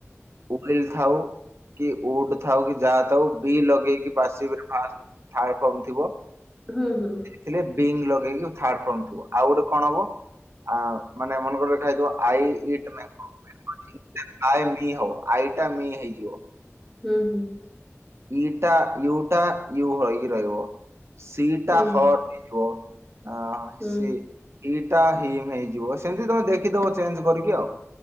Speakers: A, on the right; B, in the centre.
A: <unintelligible> ଆ ତାକୁ ବି ଲଗେଇକି ବାସିବ୍ ଫାଷ୍ଟ ରେ ଥାର୍ଡ ଫର୍ମ ଥିବ।
B: ହୁଁ ହୁଁ
A: ଥିଲେ ବିଙ୍ଗ ଲଗେଇକି ଥାର୍ଡ ଫର୍ମ ଥିବ ଆଉ ଗୋଟେ କଣ ହବ‌ ଆ ମାନେ ମନେଙ୍କର ଦେଖା ହେଇଥିବ ଆଇ ଇଟ୍ ଆଏ ମି ହବ ଆଇଟା ମି ହେଇଯିବ।
B: ହୁଁ ହୁଁ।
A: ଇ ଟା ୟୁଟା ୟୁ ହୋଇକି ରହିବ। ସି
B: ହୁଁ
A: ଟା ହର ହେଇଯିବ। ଅ
B: ହୁଁ
A: ସେ ଇଟା ହିମ୍ ହେଇଯିବ ସେମିତି ତମେ ଦେଖିଦବ ଚେଞ୍ଜ କରିକି ଆଉ।